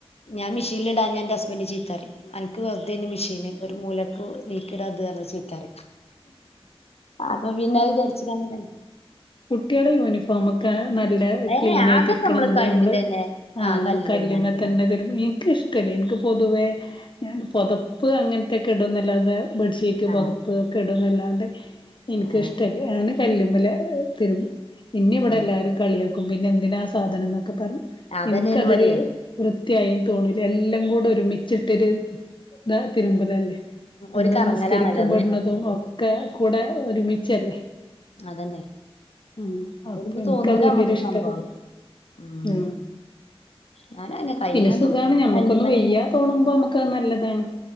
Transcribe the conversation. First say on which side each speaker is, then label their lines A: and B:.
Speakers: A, on the left; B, on the left.
A: ഞാൻ മിഷീൽ ഇടാ ഞൻ എന്റെ ഹസ്ബന്റ് ചീത്തറി അൻക്ക് വെറുതേന് മെഷീന് ഒരു മൂലക്ക് നീക്കിടാ അത് അർന് ചീത്തറിം അപ്പൊ പിന്നെ അത് വിചാരിച്ച്ക്കാണ്ട് ഞാൻ
B: കുട്ടിയടെ യൂണിഫോമൊക്കെ നല്ല
A: ഏ
B: ക്ലീൻ ആയിട്ട്
A: അതൊക്കെ
B: ഇരിക്കണംന്ന്ണ്ടെ
A: കല്ലിലന്നെ
B: നമ്മള് ആ
A: കല്ലിലന്നെ
B: കല്ല്മ
A: അലക്കണം
B: തന്നെ തിര്മ്പും ഈ ൻക്ക് ഇഷ്ടല്ല ഇൻക്ക് പൊതുവേ ഞാൻ പൊതപ്പ് അങ്ങനത്തെക്കെ ഇടുന്നല്ലാതെ ബെഡ്ഷീറ്റ്
A: ആ
B: പൊതപ്പ് ഒക്കെ ഇടുന്നല്ലാണ്ട് ഇൻക്കിഷ്ടല്ല
A: ആ
B: ഞാൻ കല്ലുമ്മല തിര്മ്പും ഇന്നെ ഇവടെ
A: ഏ
B: എല്ലാരും കളിയാക്കും പിന്നെ എന്തിനാ ആ സാധനംന്ന് ക്കെ പറിം
A: അതന്നെയാണ്
B: ഇൻക്കതൊരു
A: ഇവിടെയേ
B: വൃത്തിയായിന്ന് തോന്നൂല എല്ലാം കൂടെ ഒരുമിച്ചിട്ടൊരു ത തിരുമ്പല അല്ലേ നമ്മള്
A: ഒരു കറങ്ങലാണല്ലോ
B: നിസ്കരിക്കുമ്പോടുന്നതും
A: അത്
B: ഒക്കെ കൂടെ ഒരുമിച്ചല്ലേ
A: അതന്നെ
B: ആ അപ്പൊ
A: ഇത്
B: ഇൻക്ക
A: തോന്നൂല
B: അത് വല്യരു
A: നമ്മക്ക്
B: ഇഷ്ടപ്പെട്
A: സംഭവം ഉം
B: ആ
A: ഞാനങ്ങനെ കഴിയണതും
B: പിന്നെ സുഖാണ് ഞമ്മക്കൊന്ന്
A: കല്ലുമ്മലന്നെ
B: വയ്യാ തോണുമ്പോ നമ്മുക്ക് അത് നല്ലതാണ്